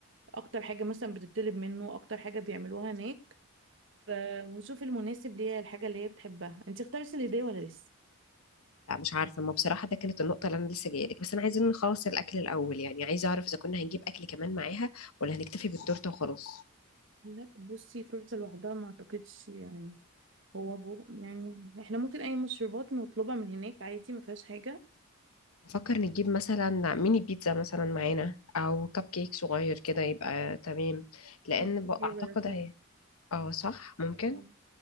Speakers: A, on the right; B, on the left.
A: اكتر حاجة مثلا بتطلب منه اكتر حاجة بيعملوها هناك ف... ونشوف المناسب ليها الحاجة اللي هي بتحبها انت اختارتي الهدية ولا لسه
B: لا مش عارفه ما بصراحه ده كانت النقطه اللي انا لسه جايه لك بس انا عايزين نخلص الاكل الاول يعني عايزه اعرف اذا كنا هنجيب اكل كمان معاها ولا هنكتفي بالتورته وخلاص
A: لا بصي تورته لوحدها ما اعتقدش يعني هو بو يعني احنا ممكن اي مشروبات نطلبها من هناك عادي ما فيهاش حاجة
B: بفكر نجيب مثلا ميني بيتزا مثلا معانا او كب كيك صغير كده يبقى تمام لان
A: طب
B: ب- اعتقد
A: هيبقى لطيف
B: هي اه صح ممكن
A: اه